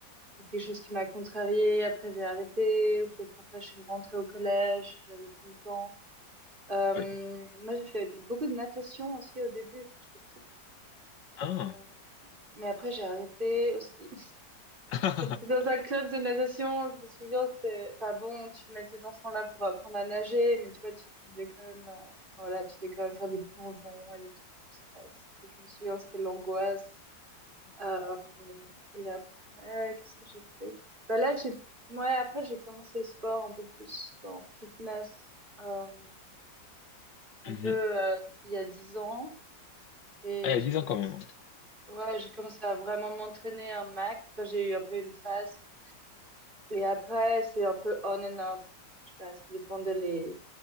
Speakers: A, on the right; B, on the left.
A: quelque chose qui m'a contrariée, après j'ai arrêté, ou peut-être après je suis rentrée au collège, j'avais plus le temps. Euh, moi,
B: Ouais.
A: j'ai fait beaucoup de natation aussi au début, quand j'étais petite.
B: Ah!
A: Euh, mais après, j'ai arrêté aussi.
B: <laughs>
A: J'étais dans un club de natation, je me souviens, c'était, enfin bon, tu mets tes enfants là pour apprendre à nager, mais tu vois, tu, tu devais quand même, euh, voilà, tu devais quand même faire des plongeons et des trucs comme ça. Et c'était- Je me souviens, c'était l'angoisse. Euh, et après, qu'est-ce que j'ai fait? Bah là, j'ai, ouais, après, j'ai commencé le sport un peu plus, genre fitness, euh, un
B: Mhm.
A: peu, euh, il y a 10 ans, et
B: Ah, il
A: j'ai
B: y a 10
A: commencé,
B: ans quand même.
A: ouais, j'ai commencé à vraiment m'entraîner un max. Enfin, j'ai eu un peu une phase. Et après, c'est un peu on and off. Je sais pas, ça dépend de les...